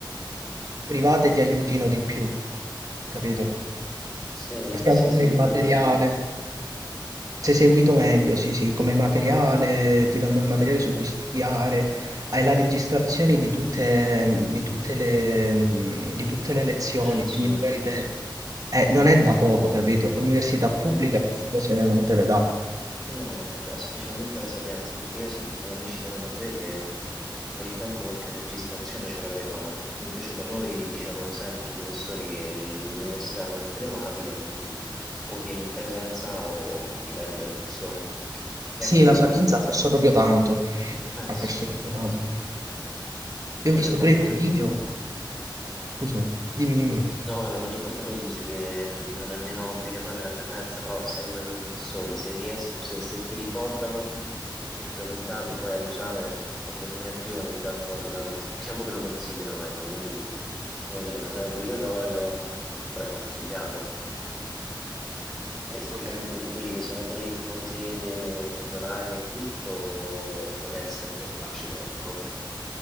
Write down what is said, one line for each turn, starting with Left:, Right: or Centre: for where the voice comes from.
Right: private ti aiutino di più, capito?
Centre: forse
Right: Perché
Centre: sei
Right: alcune
Centre: seguito
Right: il materiale.
Centre: meglio
Right: Sei seguito meglio, sì, sì, come materiale, ti danno il materiale su cui studiare, hai la registrazione di tutte, di tutte le, di tutte le lezioni,
Centre: le lezioni.
Right: quindi magari te... eh, non è da poco, capito? L'università
Centre: No,
Right: pubblica queste cose non te le dà.
Centre: no, no, no, cioè, specialmente la Sapienza, perché io ho sentito da amici di Roma 3 che ogni tanto qualche registrazione ce l'avevano, invece da noi dicevano sempre i professori che l- l'università non è telematica, quindi o vieni in presenza o ti perdi la lezione. E
Right: Sì,
Centre: anche vero
Right: la Sapienza
Centre: che...
Right: ha perso proprio tanto,
Centre: Eh
Right: ha
Centre: sì,
Right: perso proprio tanto.
Centre: la
Right: Io
Centre: maggior
Right: ho visto
Centre: parte
Right: pure dei
Centre: poi...
Right: video,
Centre: di...
Right: scusami, dimmi, dimmi.
Centre: No, la maggior parte poi ti dice che non è nemmeno obbligatoria la frequenza, però sai come i professori, se riesco, se, se ti ricordano che frequentavi poi all'esame qualcosina in più, ogni tanto la cons- diciamo che lo considerano, ecco, quindi come dire, non è obbligatorio, però è consigliato. E specialmente
Right: Ok.
Centre: per quelli che sono fuori, fuori sede, pendolari e tutto, non è sempre facile, ecco.